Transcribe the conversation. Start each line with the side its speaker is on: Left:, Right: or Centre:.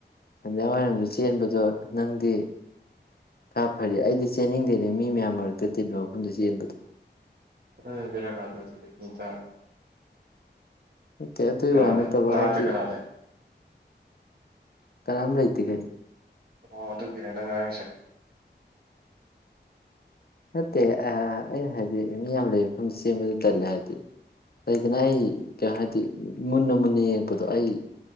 Left: ꯁꯟꯗ꯭ꯌꯥ ꯋꯥꯏꯔꯝꯗ ꯆꯦꯟꯕꯗꯣ ꯅꯪꯗꯤ ꯈꯔ ꯐꯔꯤ ꯑꯩꯗꯤ ꯆꯦꯟꯅꯤꯡꯗꯦꯅꯦ ꯃꯤ ꯃꯌꯥꯝ ꯃꯔꯛꯇ ꯇꯤꯟꯕ ꯃꯐꯝꯗ ꯆꯦꯟꯕꯗꯣ
Right: ꯑ ꯕꯦꯔꯥ ꯀꯥꯗꯔꯣ ꯑꯗꯨꯗꯤ ꯃꯤ ꯇꯥꯔ
Left: ꯅꯠꯇꯦ ꯑꯗꯨꯏ
Right: ꯀꯅꯥ
Left: ꯋꯥ ꯅꯠꯇꯕ
Right: ꯂꯩ ꯅꯅꯥꯛꯇ
Left: ꯍꯥꯏꯗꯤ
Right: ꯀꯅꯥ ꯂꯩ
Left: ꯀꯅꯥꯝ ꯂꯩꯇꯦ ꯀꯩꯅꯣ
Right: ꯑꯣ ꯑꯗꯨꯒꯤꯔ ꯅꯪ ꯉꯥꯡꯉꯤꯖꯦ
Left: ꯅꯠꯇꯦ ꯑꯥ ꯑꯩꯅ ꯍꯥꯏꯗꯤ ꯃꯤ ꯌꯥꯝ ꯂꯩꯕ ꯃꯐꯝꯗ ꯆꯦꯟꯕꯗꯣ ꯇꯜꯂꯦ ꯍꯥꯏꯗꯤ ꯂꯩꯗꯅ ꯑꯩ ꯀ ꯍꯥꯏꯗꯤ ꯃꯨꯟꯅ ꯃꯨꯟꯅ ꯌꯦꯡꯉꯛꯄꯗꯣ ꯑꯩ